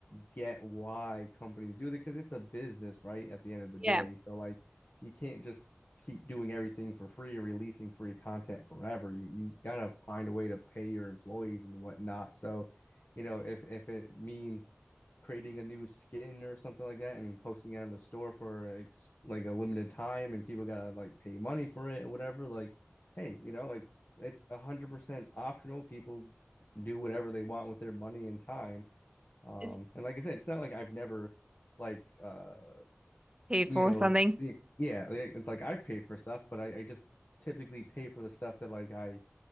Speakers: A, on the left; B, on the right.
A: get why companies do that because it's a business, right? At the end of the
B: yeah,
A: day. So like you can't just keep doing everything for free or releasing free content forever. You you gotta find a way to pay your employees and whatnot. So, you know, if if it means creating a new skin or something like that and posting it on the store for ex- like a limited time and people gotta like pay money for it or whatever, like, hey, you know, like it's a hundred percent optional. People do whatever they want with their money and time. Um,
B: it's
A: and like I said, it's not like I've never like uh
B: paid
A: you
B: for
A: know
B: something,
A: y- yeah, like- it's like I've paid for stuff, but I, I just typically pay for the stuff that like I